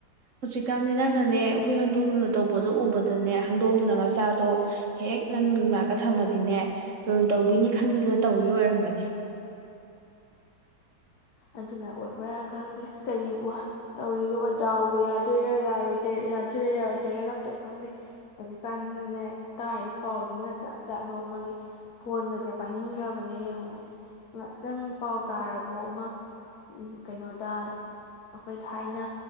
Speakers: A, on the right (about 50°); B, on the left (about 65°).
A: ꯍꯧꯖꯤꯛꯀꯥꯟꯗꯤ ꯅꯪꯅꯅꯦ ꯍꯨꯏ ꯍꯥꯡꯗꯣꯡꯂꯨꯅ ꯇꯧꯕꯗꯣ ꯎꯕꯗ ꯗꯨꯅꯦ ꯍꯪꯗꯣꯡꯗꯨꯅ ꯃꯆꯥꯗꯣ ꯍꯦꯛ ꯅꯪ ꯂꯥꯛꯑꯒ ꯊꯝꯃꯗꯤꯅꯦ ꯂꯨꯅ ꯇꯧꯕꯤꯅꯤ ꯈꯟꯗꯅ ꯇꯧꯔꯤ ꯑꯣꯏꯔꯝꯒꯅꯤ
B: ꯑꯗꯨꯅ ꯑꯣꯏꯕ꯭ꯔꯥ ꯈꯪꯗꯦ ꯀꯔꯤꯕꯨ ꯇꯧꯔꯤꯒ ꯗꯥꯎꯕ ꯌꯥꯗꯣꯏꯔꯥ ꯌꯥꯔꯣꯏꯗ ꯌꯥꯗꯣꯏꯔꯦ ꯌꯥꯔꯣꯏꯗꯦꯏꯔ ꯑꯝꯇ ꯈꯪꯗꯦ ꯍꯧꯖꯤꯛꯀꯥꯟꯖꯤꯅꯅꯦ ꯇꯥꯔꯤꯕ ꯄꯥꯎꯗꯨꯅꯤꯅ ꯖꯥꯠ ꯖꯥꯠ ꯅꯣꯡꯃꯒꯤ ꯐꯣꯟꯒꯁꯦ ꯄꯥꯏꯅꯤꯡꯗ꯭ꯔꯕꯅꯦ ꯌꯦꯡꯉꯅꯦ ꯅꯪ ꯄꯥꯎ ꯇꯥꯔꯕꯣ ꯑꯃ ꯀꯩꯅꯣꯗ ꯑꯩꯈꯣꯏ ꯊꯥꯏꯅ